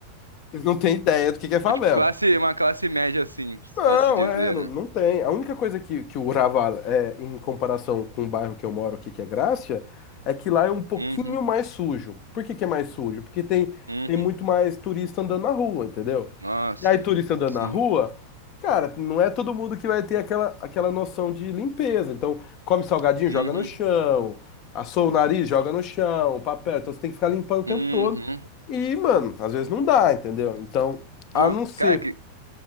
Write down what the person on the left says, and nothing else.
Vocês não têm ideia do que que é favela.
Não,
é, não,
não tem. A única coisa que, que o Raval é, em comparação com o bairro que eu moro aqui, que é Grácia, é que lá é um pouquinho
mais sujo. Por que que é mais sujo? Porque tem,
tem muito mais turista andando na rua, entendeu?
E aí, turista andando
na rua, cara, não é todo mundo que vai ter aquela, aquela noção de limpeza. Então, come salgadinho,
joga no chão, assou o nariz, joga no chão, papel. Então, você tem que ficar limpando o tempo
todo. E, mano, às vezes não dá, entendeu? Então,
a não ser.